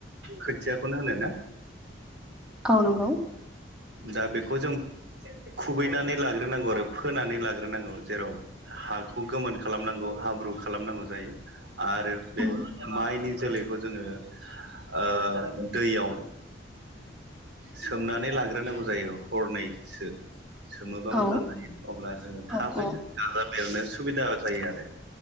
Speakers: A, on the right; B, in the centre.
A: खोथियाखौनो होनो ना?
B: औ नंगौ।
A: दा बेखौ जों खुबैनानै लाग्रोनांगौ आरो फोनानै लाग्रोनांगौ जेराव हाखौ गोमोन खालामनांगौ हाब्रु खालामनांगौ जायो आरो बे
B: औ
A: माइनि जोलैखौ जोङो ओ दैयाव सोमनानै लाग्रोनांगौ जायो हरनैसो सोमोबा मोजां
B: औ
A: जायो अब्ला जोङो
B: औ
A: थाबैनो दाजाबदेरनो सुबिदा जायो आरो।